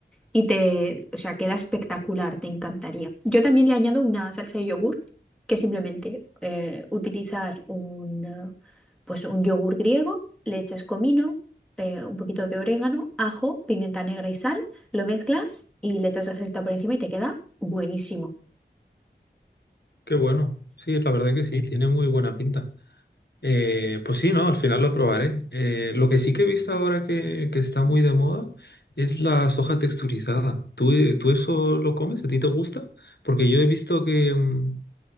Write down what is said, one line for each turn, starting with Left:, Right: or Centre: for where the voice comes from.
Centre: y te, o sea, queda espectacular, te encantaría. Yo también le añado una salsa de yogur, que es simplemente eh, utilizar un, eh, pues un yogur griego, le echas comino, eh, un poquito de orégano, ajo, pimienta negra y sal, lo mezclas y le echas la salsita por encima y te queda buenísimo.
Left: Qué bueno. Sí, la verdad que sí, tiene muy buena pinta. Eh, pues sí, ¿no? Al final lo probaré. Eh, lo que sí que he visto ahora que, que está muy de moda es la soja texturizada. ¿Tú, eh, tú eso lo comes? ¿A ti te gusta? Porque yo he visto que mm,